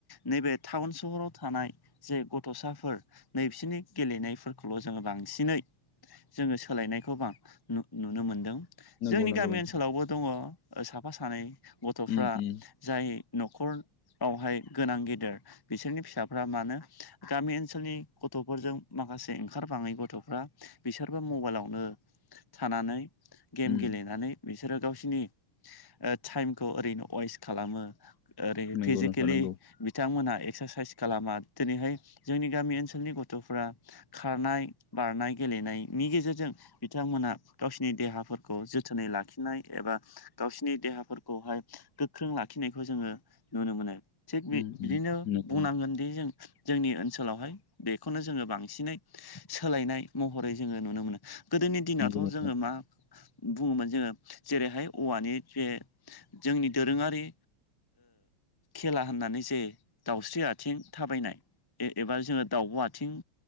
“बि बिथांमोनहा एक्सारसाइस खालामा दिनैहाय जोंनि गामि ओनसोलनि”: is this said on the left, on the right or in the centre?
Left